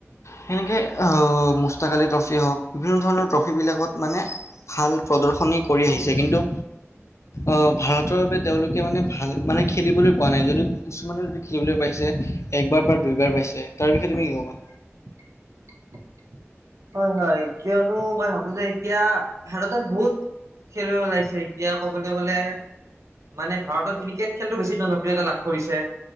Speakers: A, on the left; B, on the right.
A: সেনেকে আহ মুস্তাক আলী ট্ৰ ফিয়ে হওক বিভিন্ন ধৰণৰ ট্ৰফীবিলাকত মানে ভাল প্ৰদৰ্শনী কৰি আহিছে। কিন্তু অ ভাৰতৰ বাবে তেওঁলোকে মানে ভাল মানে খেলিবলৈ পোৱা নাই যদিও কিছুমানে যদি খেলিবলৈ পাইছে একবাৰ বা দুইবাৰ পাইছে। তাৰ বিষয়ে তুমি কি ক'বা?
B: <inaudible> হয় হয়, কিয়নো মই ভাবো যে এতিয়া ভাৰতত বহুত খেলুৱৈ ওলাইছে। এতিয়া কবলৈ গ'লে মানে ভাৰতত ক্ৰিকেট খেলটো বেছি জনপ্ৰিয়তা লাভ কৰিছে